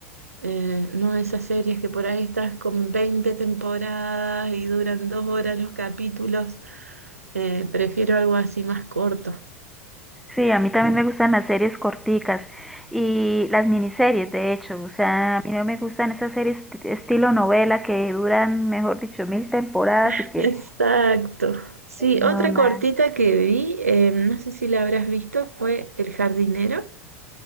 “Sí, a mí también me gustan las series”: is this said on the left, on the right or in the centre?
Centre